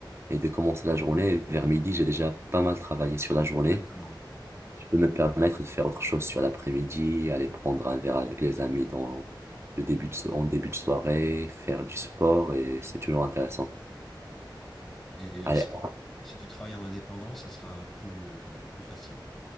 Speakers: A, on the right; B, in the centre.
A: et de commencer la journée. Vers midi, j'ai déjà pas mal travaillé sur la journée.
B: Exactement.
A: Je peux me permettre de faire autre chose sur l'après-midi, aller prendre un verre avec les amis dans le début de, so- en début de soirée, faire du sport et c'est toujours intéressant.
B: Et euh,
A: Allez,
B: si tu, si tu travailles en indépendant, ça sera plus, euh, plus facile.